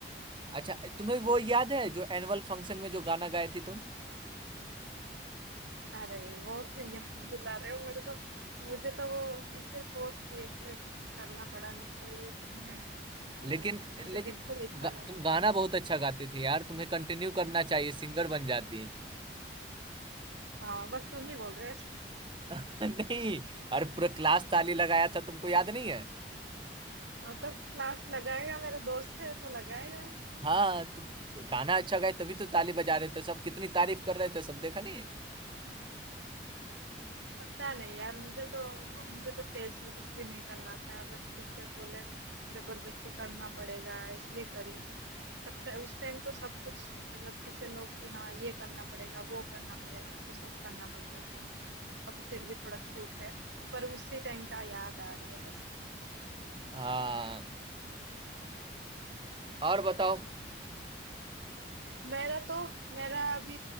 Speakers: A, on the right; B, on the right.
A: अच्छा तुम्हें वो याद है जो एनुअल फंक्शन में जो गाना गाए थी तुम
B: अरे वो क्यों याद दिला रहे हो मेरे को मुझे तो वो टीचर कोर्स के इसलिए करना पड़ा नहीं तो ये सब में अ,
A: लेकिन
B: मुझे
A: लेकिन
B: बिल्कुल इच्छा
A: गा,
B: नहीं
A: तुम
B: थी।
A: गाना बहुत अच्छा गाते थे यार तुम्हें कंटिन्यू करना चाहिए सिंगर बन जाती
B: हाँ बस तुम ही बोल रहे हो
A: <laughs> नहीं अरे पूरा क्लास ताली लगाया था तुमको याद नहीं है
B: <laughs> हाँ, तो क्लास लगाएगा मेरा दोस्त है तो लगाएगा
A: हाँ तुम गाना अच्छा गाए तभी तो ताली बजा रहे थे सब कितनी तारीफ कर रहे थे सब देखा नहीं
B: पता नहीं यार मुझे तो मुझे तो स्टेज पे कुछ भी नहीं करना था बस टीचर बोले जबरदस्ती करना पड़ेगा इसलिए करी मैं तब तक उस टाइम तो सब कुछ मतलब टीचर लोग की हाँ ये करना पड़ेगा वो करना पड़ेगा तो सब करना पड़ता था अब फिर भी थोड़ा छूट है पर उसी टाइम का याद आ रहा है बस
A: हाँ और बताओ
B: मेरा तो मेरा अभी